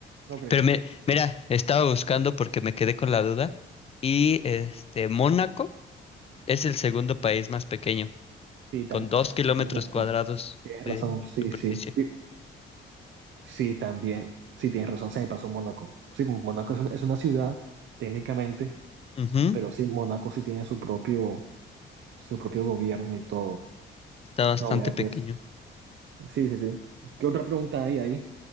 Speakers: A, on the right (about 70°); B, on the left (about 30°).
A: ¿no crees?
B: Pero me- mira, estaba buscando porque me quedé con la duda y este, Mónaco. Es el segundo país más pequeño,
A: Sí, tam-
B: con dos
A: sí,
B: kilómetros
A: tienes razón,
B: cuadrados
A: tienes razón,
B: de
A: sí,
B: superficie.
A: sí, sí, sí, también, sí, tienes razón, se me pasó Mónaco. Sí, Mónaco es una es una ciudad, técnicamente
B: Ujú,
A: Pero sí, Mónaco sí tiene su propio, su propio gobierno y todo.
B: Está bastante
A: No, vea,
B: pequeño.
A: pues. Sí, sí, sí. ¿Qué otra pregunta hay ahí?